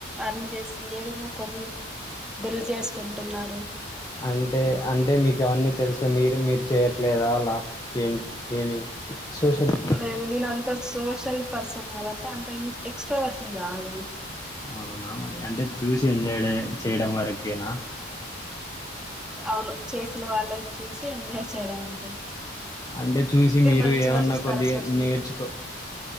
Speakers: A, in the centre; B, on the left.
A: అర్ని చేసి ఏమేమో కొని బలి చేసుకుంటున్నారు
B: అంటే అంటే మీకు అవన్నీ తెలుసు మీరు మీరు చేయట్లేదా అలా ఏం ఏమి సోషల్ మీడియాలో
A: లేదు నేను అంత సోషల్ పర్సన్ కాదంటే అంత ఎక్స్ట్రా వాట్ కాదు అండి
B: అవునా మరి అంటే చూసి ఎంజాయ్ చేయడం వరకేనా
A: అవును చేసిన వాళ్ళ చూసి ఎంజాయ్ చేయడం అంతే
B: అంటే చూసి మీరు
A: మంచిగా
B: ఏమన్నా
A: చూస్తారా
B: కొద్దిగా
A: సోషల్
B: నేర్చుకో